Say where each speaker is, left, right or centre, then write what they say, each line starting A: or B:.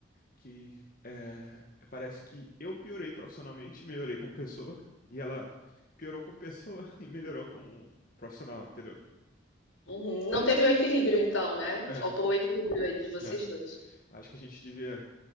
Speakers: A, on the left; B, on the left.
A: que é, parece que eu piorei profissionalmente, melhorei como pessoa, e ela piorou como pessoa <laughs> e melhorou como profissional, entendeu?
B: Uhum. Não teve o equilíbrio então, né? Faltou
A: É,
B: o equilíbrio aí de vocês
A: é.
B: dois.
A: Acho que a gente devia